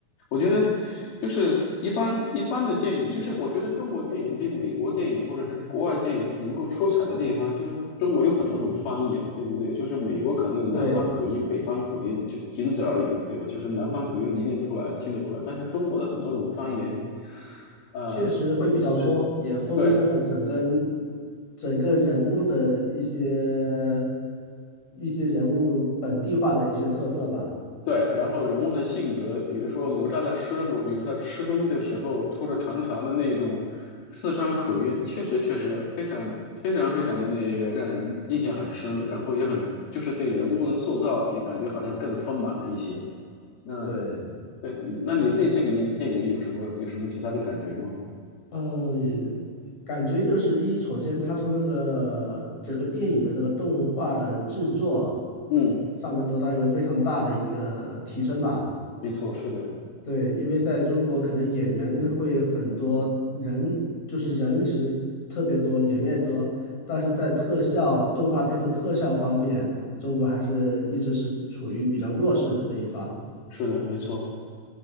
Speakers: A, on the left; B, on the left.
A: 我觉得，就是一般一般的电影，就是我觉得中国电影比美国电影或者是比国外电影能够出彩的地方，就是中国有很多种方言，对不对？就是美国可能有南方口音、
B: 对，
A: 北方口音，就仅此而已，对吧？就是南方口音你一定出来听得出来，但是中国的很多种方言，呃，
B: 确实会比较多，
A: 是。
B: 也丰富了整个
A: 对。
B: 整个人物的一些一些人物本地化的一些特色吧。
A: 对，然后人物的性格，比如说哪吒的师傅，比如说他吃东西的时候拖着长长的那种四川口音，确实确实非常非常非常的那个让人印象很深，然后也很就是对人物的塑造也感觉好像更丰满了一些。那
B: 对，
A: 对，那你对这个电影有什么有什么其他的感觉吗？
B: 呃，也感觉就是一，首先它从那个整个电影的那个动画的制作
A: 嗯，
B: 上面得到一个非常大的一个提升吧。
A: 没错，是的，
B: 对，因为在中国可能演员会很多人，就是人其实特别多，演员也多，但是在特效动画片的特效方面，中国还是一直是处于比较弱势的这一方。
A: 是的，没错。